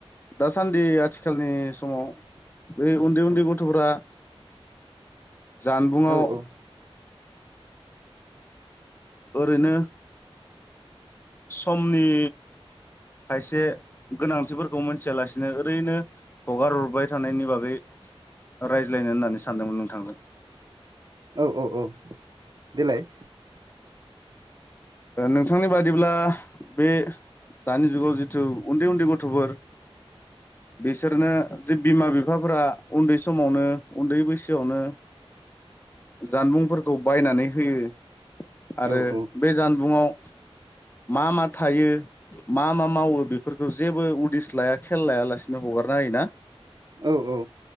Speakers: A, on the left; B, on the right.
A: दासान्दि आथिखालनि समाव बै उन्दै उन्दै गथ'फोरा जानबुंआव
B: औ औ
A: ओरैनो समनि खायसे गोनांथिफोरखौ मोनथियालासिनो ओरैनो हगारहरबाय थानायनि बागै रायज्लायनो होननानै सान सानदोंमोन नोंथां।
B: औ औ औ देलाय
A: नोंथांनि बादिब्ला बे दानि जुगाव जिथु उन्दै उन्दै गथ'फोर बिसोरनो जे बिमा बिफाफोरा उन्दै समावनो उन्दै बैसोआवनो जानबुंफोरखौ बायनानै होयो। आरो
B: औ औ
A: बे जानबुंआव मा मा थायो मा मा मावो बेफोरखौ जेबो उदिस लाया खेल लायालासिनो हगारना हायोना।
B: औ औ